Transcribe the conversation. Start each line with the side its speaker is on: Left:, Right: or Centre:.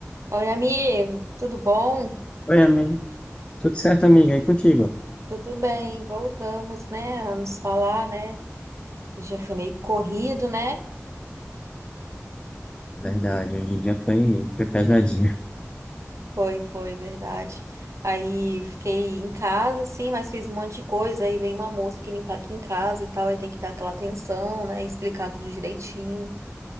Right: Oi, amigo, tudo bom?
Left: Oi, amigo. Tudo certo, amiga? E contigo?
Right: Tudo bem, voltamos, né, a nos falar, né? O dia foi meio corrido, né?
Left: Verdade, hoje em dia foi, foi pesadinho.
Right: Foi, foi, verdade. Aí fiquei em casa, sim, mas fiz um monte de coisa. Aí veio uma moça que limpar aqui em casa e tal, aí tem que dar aquela atenção, né? Explicar tudo direitinho.